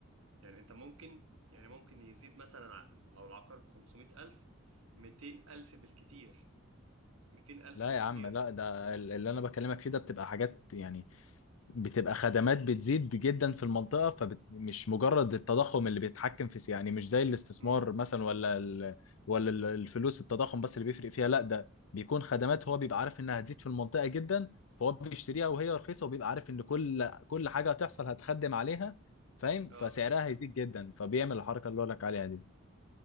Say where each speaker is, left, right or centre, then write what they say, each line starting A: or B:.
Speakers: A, on the right; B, on the left.
A: يعني انت ممكن يعني ممكن يزيد مثلا ع- لو العقار ب 500000 200000 بالكتير 200000
B: لا
A: بالكتير
B: يا عم لا ده ال- اللي انا بكلمك فيه ده بتبقى حاجات يعني بتبقى خدمات بتزيد جدا في المنطقة فمش مجرد التضخم اللي بيتحكم في يعني مش زي الاستثمار
A: امم
B: مثلا ولا ال... ولا ال- الفلوس التضخم بس اللي بيفرق فيها لا ده بيكون خدمات هو بيبقى عارف انها هتزيد في المنطقة جدا فهو بيشتريها وهي رخيصة وبيبقى عارف ان كل كل حاجة هتحصل هتخدم عليها فاهم
A: اه
B: فسعرها هيزيد جدا فبيعمل الحركة اللي هقول لك عليها دي